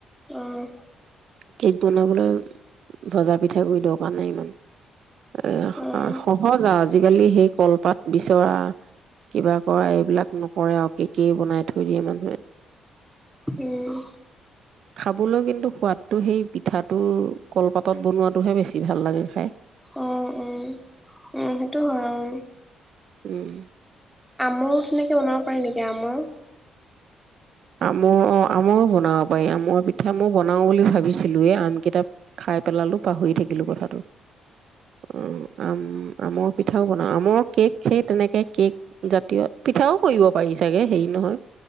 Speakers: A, in the centre; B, on the right.
A: অ',
B: কেক বনাবলৈ ভজা পিঠাগুৰি দৰকাৰ নাই ইমান এ
A: অ',
B: সহজ আৰু আজিকালি সেই কলপাত বিচৰা কিবা। কৰা এইবিলাক নকৰে আৰু কেকেই বনাই থৈ দিয়ে মানুহে,
A: উম,
B: খাবলৈ কিন্তু সোৱাদটো সেই পিঠাটোৰ কলপাতত বনোৱাটোহে বেছি ভাল লাগে খাই,
A: অ', অ', সেইটো হয় আৰু
B: উম!
A: ময়ো সেনেকৈ বনাব পাৰি নেকি আমৰ,
B: আমৰ অ আমৰো বনাব পাৰি আমৰ পিঠা মই বনাও বুলি ভাবিছিলোয় আম কেইটা খাই পেলালো পাহৰি থাকিলো কথাটো অ আম আমৰ পিঠাও বনাও আমৰ কেক সেই তেনেকে কেক জাতীয় পিঠাও কৰিব পাৰি চাগে হেৰি নহয়